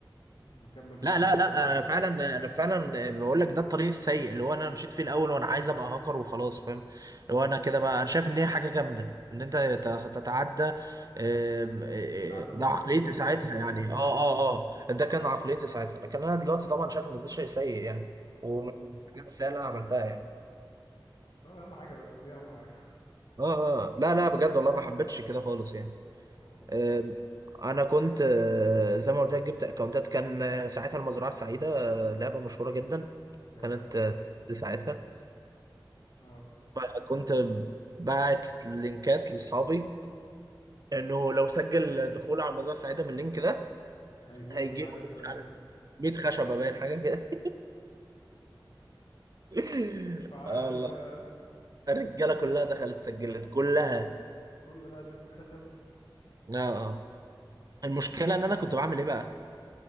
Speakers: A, on the left; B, on the right.
A: مكمل في
B: لا
A: الموضوع
B: لا لا
A: ولا حاجه
B: انا فعلا انا فعلا بقول لك ده الطريق السيء اللي هو انا مشيت فيه الاول وانا عايز ابقى هاكر وخلاص فاهم
A: اه
B: اللي هو انا كده بقى انا شايف ان هي حاجه جامده ان انت تت- تتعدى آه، آه،
A: تتعدى ملك
B: ده عقليتي
A: خصوصيه
B: ساعتها
A: الاخرين
B: يعني اه اه اه ده كان عقليتي ساعتها لكن انا دلوقتي طبعا شايف ان ده شيء سيء يعني
A: اه آه.
B: ومن الحاجات السيئه اللي انا عملتها يعني
A: طب اهم حاجه بس دي اهم حاجه
B: اه اه آه، لا لا بجد والله ما حبيتش كده خالص يعني
A: <laughs> هو ده الكلام
B: آم، انا كنت آه، زي ما قلت لك جبت اكونتات كان آه، ساعتها المزرعه السعيده آه، لعبه مشهوره جدا
A: يا
B: قناة دي ساعتها
A: <laughs> اه
B: فكنت باعت لينكات لاصحابي انه لو سجل دخول على المزرعة السعيدة من اللينك ده
A: هيجي
B: هيجي
A: له مش عارف
B: له مش عارف 100 خشبة باين حاجة كده <laughs>
A: <laughs> فعاشه
B: اه والله
A: بقى
B: الرجالة كلها دخلت سجلت كلها
A: كل ده عشان 100 خشبه
B: اه اه المشكلة ان انا كنت بعمل ايه بقى؟